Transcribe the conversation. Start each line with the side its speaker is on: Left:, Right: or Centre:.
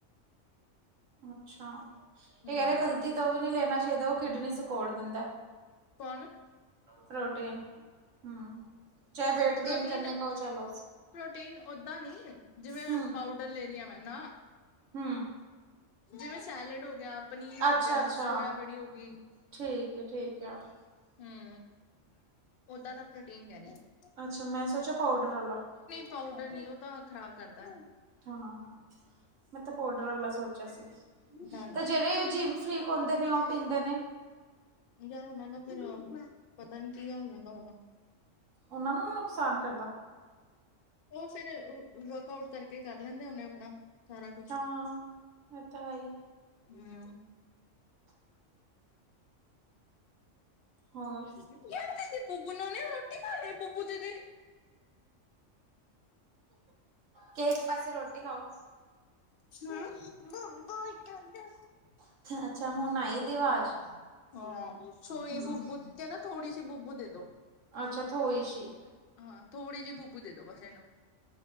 Right: ਅੱਛਾ
Left: ਹਮ
Right: ਇਹ ਕਹੇ ਗਲ ਪ੍ਰੋਟੀਨ ਤਾਂ ਉਹ ਵੀ ਨੀ ਲੈਣਾ ਚਾਹੀਦਾ ਉਹ ਕਿਡਨੀ ਸਕੋੜ ਦਿੰਦਾ।
Left: ਕੌਣ?
Right: ਪ੍ਰੋਟੀਨ, ਹਮ, ਚਾਹੇ ਵੇਟ
Left: ਪ੍ਰੋਟੀਨ
Right: ਗੇਨ ਕਰਨੇ ਕਾ ਹੋ ਚਾਹੇ ਲੋਸ।
Left: ਪ੍ਰੋਟੀਨ ਓਦਾਂ ਨੀ ਜਿਵੇਂ
Right: ਹਮ
Left: ਪਾਊਡਰ ਲੈ ਰਹੀਂ ਆਂ ਮੈਂ, ਨਾ।
Right: ਹਮ
Left: ਜਿਵੇਂ ਸੈਲਡ ਹੋ ਗਿਆ, ਪਨੀਰ ਹੋ
Right: ਅੱਛਾ-ਅੱਛਾ,
Left: ਗਿਆ, ਸੋਇਆ ਬੜੀ ਹੋ ਗਈ।
Right: ਠੀਕ ਐ ਠੀਕ ਆ।
Left: ਹਮ, ਓਦਾਂ ਦਾ ਪ੍ਰੋਟੀਨ ਕਹਿ ਰਹੀ ਆਂ।
Right: ਅੱਛਾ ਮੈਂ ਸੋਚਿਆ ਪਾਊਡਰ ਆਲਾ।
Left: ਪਾਊਡਰ ਨੀ ਉਹ ਤਾਂ ਖ਼ਰਾਬ ਕਰਦਾ।
Right: ਹਾਂ ਮੈਂ ਤਾਂ ਪਾਉਡਰ ਵਾਲਾ ਸੋਚਿਆ ਸੀ,
Left: ਨਾ ਨਾ
Right: ਤੇ ਜਿਹੜੇ ਜਿਮ ਫਰੀ ਹੁੰਦੇ ਨੇ ਉਹ ਪੀਂਦੇ ਨੇ।
Left: ਯਾਰ ਉਹਨਾਂ ਦਾ ਫਿ਼ਰ, ਪਤਾ ਨੀ ਕੀ ਹਾਲ ਹੁੰਦਾ ਹੋਣਾ।
Right: ਉਹਨਾਂ ਨੂੰ ਨੁਕਸਾਨ ਕਰਦਾ।
Left: ਉਹ ਫੇ਼ਰ ਅ ਵਰਕ ਆਊਟ ਕਰਕੇ ਕਰ ਲੈਂਦੇ ਹੋਣੇ ਆਪਣਾ। ਸਾਰਾ ਕੁਛ,
Right: ਹਾਂ, ਇਹ ਤਾਂ ਹੈ ਈ,
Left: ਹਮ।
Right: ਹੋਰ?
Left: ਕਦੀ ਬੁੱਬੂ ਨੂੰ ਉਹਨੇ ਰੋਟੀ ਖਾ ਲਈ ਬੁਬੂ ਦੇ <unintelligible>
Right: ਕਹਿ ਇੱਕ ਪਾਸੇ ਰੋਟੀ ਖਾਓ।
Left: ਹਦਾ <unintelligible> <unintelligible>
Right: ਅੱਛਾ ਹੁਣ ਆਈ ਇਹਦੀ ਆਵਾਜ਼।
Left: ਹਾਂ ਛੋਈ
Right: ਹੂੰ,
Left: ਬੁੱਬੂ ਕਹਿੰਦਾ ਥੋੜੀ ਸੀ ਬੁੱਬੂ ਦੇ ਦੋ।
Right: ਅੱਛਾ ਥੋਈ ਸ਼ੀ।
Left: ਹਾਂ ਥੋੜੀ ਜੀ ਬੂਬੂ ਦੇ ਦੋ ਬਸ ਇਹਨੂੰ।